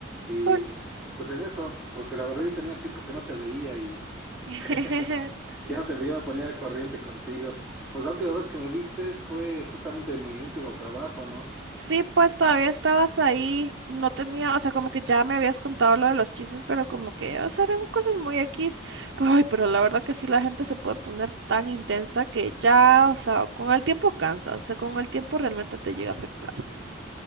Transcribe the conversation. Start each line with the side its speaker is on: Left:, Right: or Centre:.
Centre: Y
Right: Uy.
Centre: pues en eso, porque la verdad yo tenía tiempo que no te veía y
Right: <laughs>
Centre: <laughs> ya no te veía, me ponía al corriente contigo. Pues la última vez que me vistes fue justamente en mi último trabajo, ¿no?
Right: Sí, pues todavía estabas ahí, no tenía, o sea, como que ya me habías contado lo de los chismes, pero como que, o sea, eran cosas muy X. Pero, ay, pero la verdad que sí, la gente se puede poner tan intensa que ya, o sea, con el tiempo cansa, o sea, con el tiempo realmente te llega a afectar.